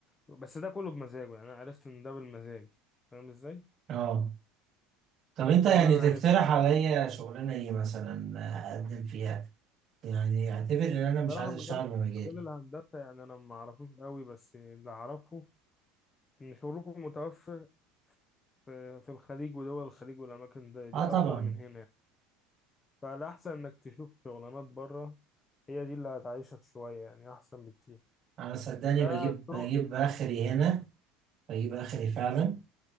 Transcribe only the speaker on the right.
اه طب أنت
يعني
تقترح
عليا شغلانة إيه مثلا أقدم فيها يعني أعتبر إن أنا مش
عايز
أشتغل بمجالي
اه
طبعا
أنا صدقني
بجيب
بجيب آخري هنا بجيب آخري فعلا